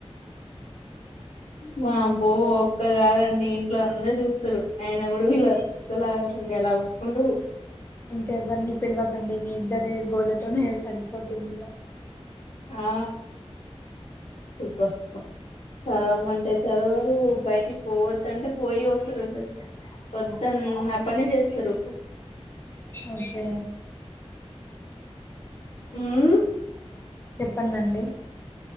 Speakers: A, on the left; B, on the left.
A: వామ్మో ఒక్కరు కాదండి ఇంట్లో అందరు చూస్తరు అయన కూడా వీళ్ళుస్సలాగరు ండి ఎలా కోట్కుంటురు
B: ఇంకా ఎవర్ని పిలవకండి మీ ఇద్దరె గోళ్ళతోనే సరిపోతుందిగా
A: ఆ సుద్దాం మా చదవమంటే చదవరు బయటికి పోవద్దంటే పోయి వస్తరు వద్ద న్న పనే చేస్తరు
B: ఓకే
A: ఉమ్
B: చెప్పండండీ